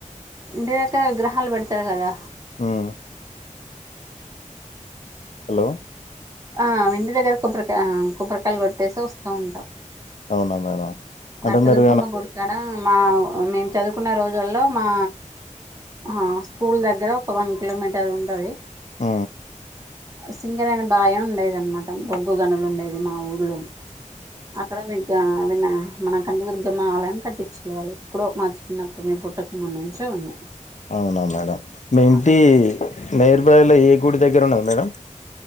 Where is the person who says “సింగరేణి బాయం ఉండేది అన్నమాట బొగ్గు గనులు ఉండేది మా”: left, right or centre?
Right